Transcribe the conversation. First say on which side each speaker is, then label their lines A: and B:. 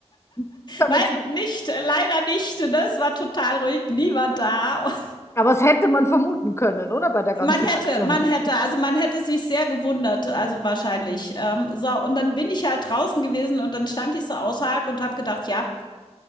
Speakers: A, on the left; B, on the left.
A: <laughs> Aber
B: Nein,
A: es
B: nicht, äh, leider nicht. Ne? Es war total ruhig, niemand da. Und
A: aber es hätte man vermuten können, oder? Bei der ganzen
B: man hätte,
A: Aktion.
B: man hätte, also man hätte sich sehr gewundert, also wahrscheinlich. Ähm, so, und dann bin ich halt draußen gewesen und dann stand ich so außerhalb und habe gedacht, ja,